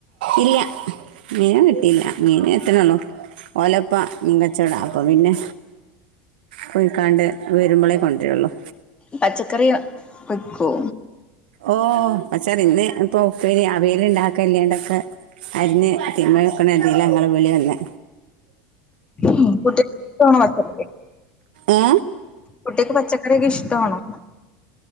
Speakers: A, on the right (about 80°); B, on the left (about 20°).
A: ഇല്ല മീന കിട്ടിയില്ല മീന് എത്ത്ണൊള്ളൂ. ഓലപ്പ മീങ്കച്ചോടാ അപ്പം പിന്നെ പോയിക്കാണ്ട് വരുമ്പളേ കൊണ്ടരുള്ളു
B: പച്ചക്കറിയൊ വെക്കോ
A: ഓഹ് പച്ചകറി ഇന്ന് ഇപ്പൊ ഉപ്പേരിയ അ വിയൽ ഉണ്ടാക്കല്ലാണ്ട്യൊക്കെ അരിഞ്ഞ് തീമ്മ വെക്ക്ണ ഇതീല്ലാ ഇങ്ങളെ വിളി വന്ന്
B: ഉം <unintelligible>
A: ഏ
B: കുട്ടിയേക്ക് പച്ചക്കറിയൊക്കെ ഇഷ്ടവാണോ